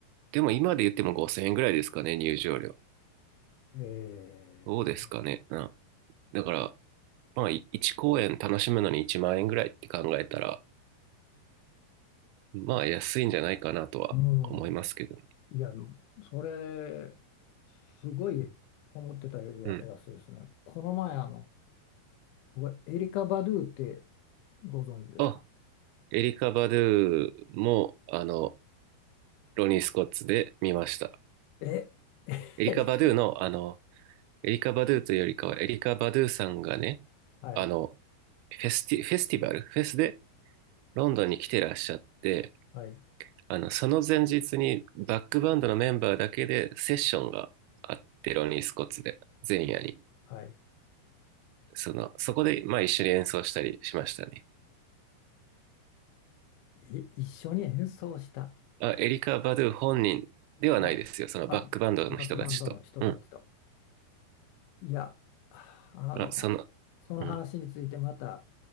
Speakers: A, on the right; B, on the left.
A: でも今で言っても5000円ぐらいですかね、入場料。
B: え
A: どうですかね。な、だから、まあ1公演楽しむのに1万円ぐらいって考えたら、まあ安いんじゃないかなとは思いますけどね。
B: ー、うん。いや、それ、すごい思ってたよりや安いですね。
A: うん。
B: この前、あの、僕エリカ・バドゥってご存知ですか
A: あ、エリカ・バドゥも、あの、ロニー・スコッツで見ました。
B: え、<laughs>
A: エリカ・
B: エリカ、
A: バドゥの、あの、エリカ・バドゥというよりかは、エリカ・バドゥさんがね、
B: はい、
A: あの、フェスティ、フェスティバル、フェスでロンドンに来てらっしゃって、
B: はい、
A: あの、その前日にバックバンドのメンバーだけでセッションがあって、ロニー・スコッツで、前夜に。
B: はい。
A: その、そこで、まあ一緒に演奏したりしましたね。
B: い一緒に演奏した
A: あ、エリカ・バドゥ本人ではないですよ。
B: の、
A: そのバックバンドの人たちと。
B: ババックバンドの人たちと。
A: うん。
B: いや、あの、
A: あ、その、
B: その話についてまた、
A: うん。